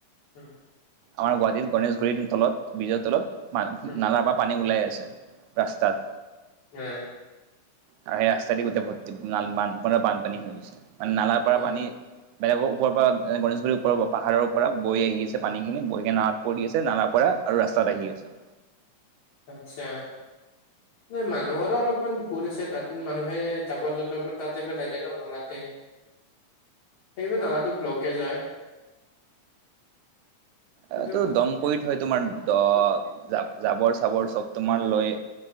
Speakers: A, on the left; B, on the right.
A: হম।
B: আমাৰ গুৱাহাটীত গণেশগুৰিৰ তলত বীজৰ তলত
A: উম
B: নালাৰ বা পানী ওলাই আছে। ৰাস্তাত।
A: এ
B: আৰু সেই ৰাস্তা দি গোটেই ভৰ্তি না বানপ বানপানী হৈ গৈছে, মানে নালাৰ
A: অ
B: পৰা পানী বেলেগৰ ওপৰ পৰা গনেশগুৰিৰ ওপৰ পাহাৰৰ পৰা বৈ আহি আছে পানীখিনি বৈ কিনে নালাত পৰি আছে নালাৰ পৰা আৰু ৰাস্তাত আহি আছে।
A: আচ্ছা। নাই মানুহৰো অলপমান ভুল আছে তাত, মানুহে যাবৰ-জোথৰ তাতে পেলাই দে ন নলাতে। সেইবাবে নালাটো ব্লকেজ হয়। সেইটো
B: এইটো দম কৰি থয় তোমাৰ দ জাবৰ-চাবৰ চব তোমাৰ লৈ